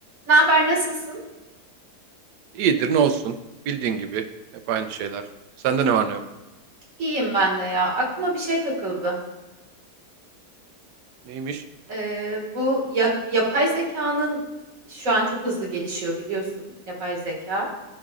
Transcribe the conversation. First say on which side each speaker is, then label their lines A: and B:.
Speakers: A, on the right; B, on the right.
A: Ne haber, nasılsın?
B: İyidir ne olsun. Bildiğin gibi. Hep aynı şeyler. Sende ne var ne yok?
A: İyiyim ben de ya. Aklıma bir şey takıldı.
B: Neymiş?
A: Ee, bu ya- yapay zekanın şu an çok hızlı gelişiyor biliyorsun yapay zeka.